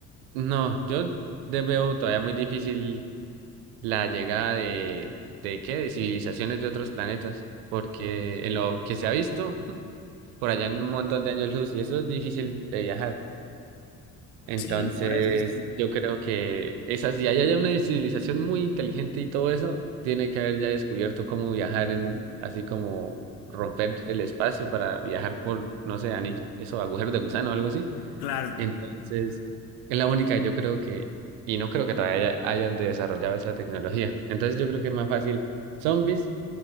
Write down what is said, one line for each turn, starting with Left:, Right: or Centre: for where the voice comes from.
Right: no, yo de- veo todavía muy difícil. la llegada de, ¿de qué? De civilizaciones de otros planetas, porque en lo que se ha visto, <laughs> por allá en un montón de años luz, y eso es difícil de viajar. Entonces,
Left: Sí, la verdad es que sí.
Right: yo creo que esa, si hay allá una civilización muy inteligente y todo eso, tiene que haber ya descubierto cómo viajar en, así como romper el espacio para viajar por, no sé, anillo, eso, agujeros de gusano o algo así.
Left: Claro,
Right: Entonces, es la única, yo creo que, y no creo que todavía haya- hayan desarrollado esa tecnología. Entonces, yo creo que es más fácil zombies